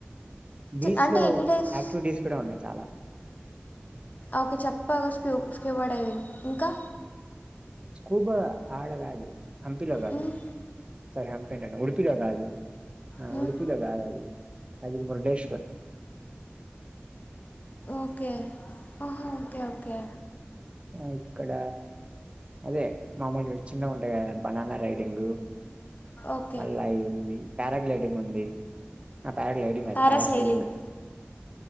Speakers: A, on the right; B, on the left.
A: బీచ్
B: అంటే
A: లో
B: ఎన్ని డేస్
A: యాక్టివిటీస్ కూడా ఉన్నాయి చాలా
B: ఓకే చెప్పాగా స్క్యూ స్క్యూబా డ్రైవింగ్ ఇంకా
A: స్కూబా ఆడ గాదు హంపిలో కాదు
B: మ్మ్.
A: సారి హంపి అంటాండా ఉడిపిలో కాదు
B: మ్మ్.
A: ఉడిపిలో కాదు అది అది మురుడేష్ టై
B: ఓకే అహా ఓకే ఓకే
A: ఆ ఇక్కడ అదే మామూలుగా చిన్నగా ఉంటాయి కదా బనానా రైడింగు
B: ఓకే
A: మళ్ళ ఈవింగి ప్యారాగ్లైడింగ్ ఉంది ఆ ప్యారాగ్లైడింగ్ గాదు
B: పారాసైలింగ్
A: ప్యారాసైలింగ్